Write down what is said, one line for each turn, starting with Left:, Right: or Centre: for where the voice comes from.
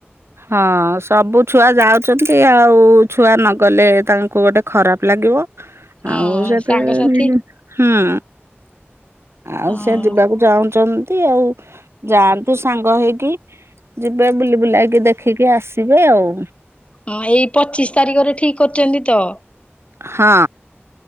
Right: ହଁ ସବୁ ଛୁଆ ଯାଉଛନ୍ତି ଆଉ ଛୁଆ ନଗଲେ ତାଙ୍କୁ ଗୋଟେ ଖରାପ ଲାଗିବ।
Left: ହଁ
Right: ଆଉ ସେତ
Left: ସାଙ୍ଗସାଥି
Right: <unintelligible> ହୁଁ। ଆଉ
Left: ହଁ
Right: ସେ ଯିବାକୁ ଚାହୁଁଚନ୍ତି ଆଉ। ଯାଆନ୍ତୁ ସାଙ୍ଗ ହେଇକି ଯିବେ ବୁଲି ବୁଲାଇକ୍ ଦେଖିକି ଆସିବେ ଆଉ।
Left: ହଁ ଏଇ ପଚିଶ ତାରିଖରେ ଠିକ୍ କରିଚନ୍ତି ତ।
Right: ହଁ।